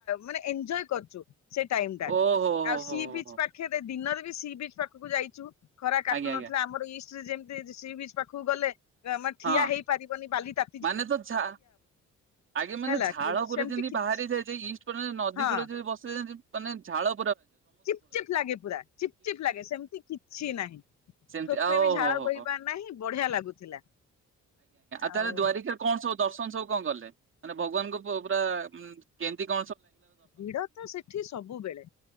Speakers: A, on the left; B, on the right.
A: ମାନେ ଏଞଜୟ କରୁଛୁ। ସେ ଟାଇମ ଟା
B: ଓହୋ ହୋ
A: ଆଉ ସି
B: ହୋ
A: ପିଚ
B: ହୋ
A: ପାଖେ ଦିନ ସି ବିଚ୍ ପାଖକୁ ଯାଇଛୁ। ଖରା କାଟୁ
B: ଆଜ୍ଞା ଆଜ୍ଞା
A: ନଥିଲା ଆମର ଇ ଯେମତି ସି ବିଚ ପାଖକୁ ଗଲେ। ଆମର ଠିଆ
B: ହଁ
A: ହେଇପାରିବନି ବାଲି ତା
B: ମାନେ ତ ଝ ଆଗେ ମାନେ
A: ହେଲା
B: ଝାଳ
A: କିନ୍ତୁ
B: ପରେ
A: ସେମିତି
B: ଯେମିତି
A: କିଛି
B: ବାହାରି ଯାଇଛି ଇଷ୍ଟ ପରେ ନଦୀ
A: ହଁ
B: କୂଳେ ଯଦି ବସି ମାନ ଝାଡ
A: ଚିପ୍ ଚିପ୍ ଲାଗେ ପୁରା ଚିପ୍ ଚିପ୍ ଲାଗେ ସେମତି କିଛି ନାହିଁ
B: ସେମିତି
A: ସୋପେ
B: ଆଉ
A: ବି
B: ଓହୋ
A: ଝାଳ
B: ହୋ
A: ବୋୋଇବା
B: ହୋ
A: ନାହିଁ ବଢିଆ ଲାଗୁଥିଲା। ଆଉ
B: ତାହେ ଦ୍ୱାରିକରେ କଣ ସବୁ ଦର୍ଶନ ସୁ କଣ ଗଲେ ମାନେ ଭଗବାନଙ୍କୁ ପୁରରା କେନ୍ଦ୍ର୍ରୀ କ
A: ଭିଡ ତ ସେଠି ସବୁବେଳେ